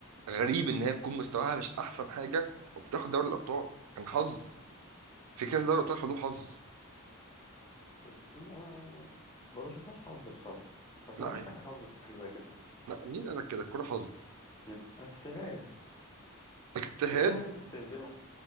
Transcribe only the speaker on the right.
غريب ان هي تكون مستواها مش احسن حاجه وبتاخد دوري الابطال كان حظ في كاس دوري الابطال خدوه حظ
لا
لا مين قال لك كده الكوره حظ
اجتهاد